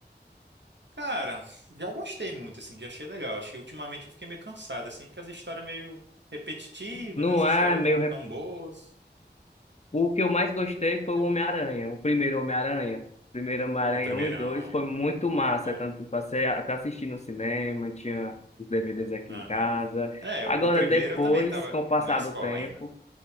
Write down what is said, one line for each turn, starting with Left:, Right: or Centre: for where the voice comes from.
Right: Cara, já gostei muito, assim, já achei legal. Acho que ultimamente eu fiquei meio cansado, assim, porque as histórias meio repetitivas,
Left: Não
Right: né? As histórias
Left: é meu.
Right: não
Left: rep-
Right: tão boas.
Left: O que eu mais gostei
Right: É.
Left: foi o Homem-Aranha, o primeiro Homem-Aranha. O Primeiro Homem-Aranha
Right: O primeirão,
Left: um e 2 foi muito massa,
Right: pronto.
Left: tanto que passei a- até assistir no cinema, tinha os DVDs aqui
Right: Aham.
Left: em casa.
Right: É,
Left: Agora,
Right: o, o primeiro
Left: depois,
Right: eu também tava
Left: com o passar
Right: na escola
Left: do tempo.
Right: ainda.